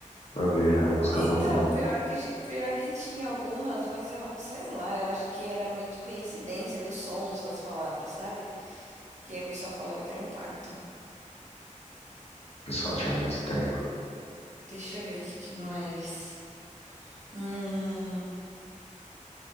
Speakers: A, on the left; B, on the right.
A: pra ver a música
B: Então,
A: ao contrário. O
B: pior que, pior que tinha algumas, mas eu sei lá, eu acho que era meio que coincidência dos sons das palavras, sabe? E aí o pessoal falava que era um pacto.
A: pessoal tinha muito tempo.
B: Deixa eu ver o que, que mais. Hum,